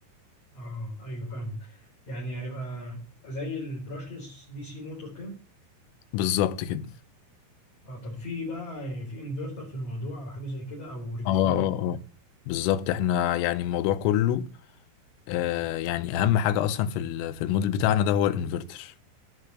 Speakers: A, on the left; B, on the left.
A: اه ايوه فاهمك يعني هيبقى زي البراشلس دي سي موتور كده
B: بالظبط كده
A: اه طب في بقى في انفرتر في الموضوع او حاجه زي كده او ريكتفاير
B: اه اه اه بالظبط احنا يعني الموضوع كله آه يعني اهم حاجه اصلا في ال- في الموديل بتاعنا ده هو الانفرتر